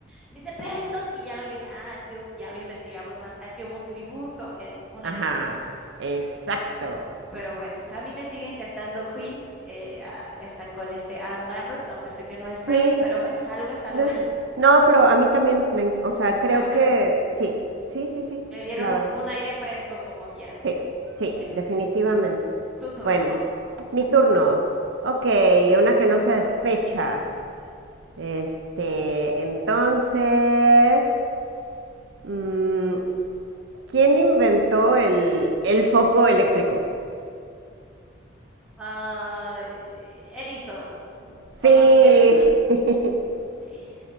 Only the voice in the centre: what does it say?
me dice, pero entonces, y ya lo le dije, ah, es que ya lo investigamos más, ah, es que hubo un tributo en un
año después.
Pero bueno, a mí me sigue encantando Queen, eh, ah, hasta con este Adam Lambert, aunque sé que no es
Freddie, pero bueno, algo es algo,
<laughs>
es
muy bueno,
le dieron
un,
un aire fresco como quiera.
Bueno,
tu turno.
Uh, Edison, Thomas
Edison.
Sí.